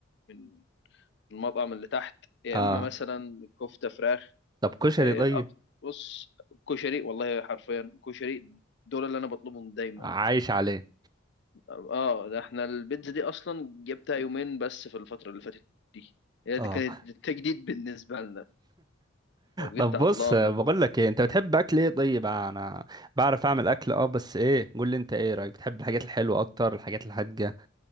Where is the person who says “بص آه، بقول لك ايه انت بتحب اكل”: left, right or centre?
Right